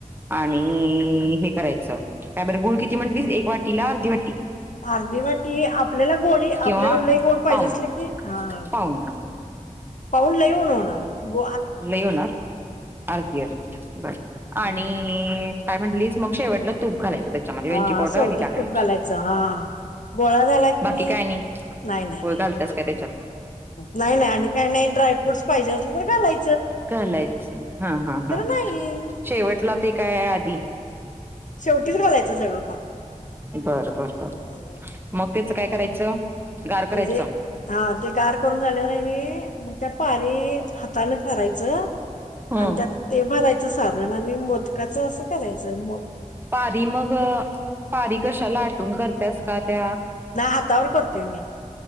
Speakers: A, on the right; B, on the left.
A: आणि हे करायचं काय बरं गुळ किती म्हटलीस एक वाटीला अर्धी वाटी?
B: अर्धी वाटी आपल्याला गोडी आपल्याला
A: किंवा
B: लय गोड पाहिजे
A: पाऊण
B: असलं की हा
A: पाऊण
B: पाऊन लय <unintelligible>
A: लय होणार? अर्धी अर्धी बर
B: हम्म.
A: आणि काय म्हटलीस, मग शेवटला तूप घालायचं. त्याच्यामध्ये
B: हा
A: वेलची पावडर
B: शेवटी
A: आधी टाकायची,
B: तूप घालायचं हा गोळा झाला की
A: बाकी काय आणि? तु
B: नाही नाही
A: घालत्यास काय त्याच्यात?
B: नाही नाही आणि काही नाही ड्रायफ्रूटस पाहिजे असलं तर घालय
A: घालायचं, हा हा हा
B: नाही
A: शेवटला ते काय आधी?
B: शेवटीचं घालायचं सगळं पाक.
A: बरं बर बर,
B: हम्म.
A: मग त्याचं काय करायचं? गार करायचं.
B: ते जे हा ते गार करून झालेवर आहे कि नाही मग त्या पारी हातानं करायचं,
A: हम्म.
B: आणि त्यात ते भरायचं सारण आणि मोदकाचं असं करायचं म
A: पारी मग, पारी कशा लाटून करत्यास का त्या
B: नाही हातावर करतोय मी.